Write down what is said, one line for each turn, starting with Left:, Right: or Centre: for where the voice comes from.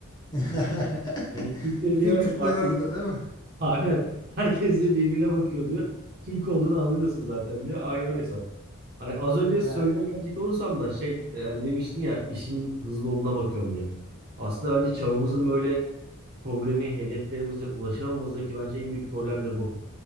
Left: <laughs>
Right: Hani kimse
Left: Bütün
Right: diyor
Left: Türkler
Right: farklı
Left: orada değil mi?
Right: Aynen. Herkes de birbirine bakıyor diyor. Türk olduğunu anlıyorsun zaten diyor. Aynı o hesap. Hani az önce
Left: Ya
Right: söylediğine gelecek olursam da şey e, hani demiştin ya işin hızlı olduğuna bakıyorum diye. Aslında bence çağımızın böyle problemi hedeflerimize ulaşamamızdaki bence en büyük problem de bu.